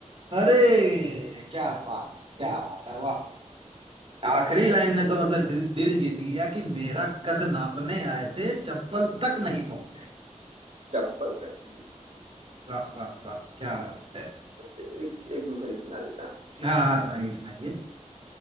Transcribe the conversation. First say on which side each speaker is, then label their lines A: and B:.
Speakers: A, on the right; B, on the right.
A: अरे क्या बात क्या बात है वाह आखिरी लाइन ने तो मतलब दिल, दिल जीत लिया कि मेरा कद नापने आए थे चप्पल तक नहीं पहुंचे
B: चप्पल तक नहीं पहुंचे
A: वाह वाह वाह क्या बात है
B: एक, एक दूसरी सुना देता हूँ
A: हाँ हाँ सुनाइए सुनाइए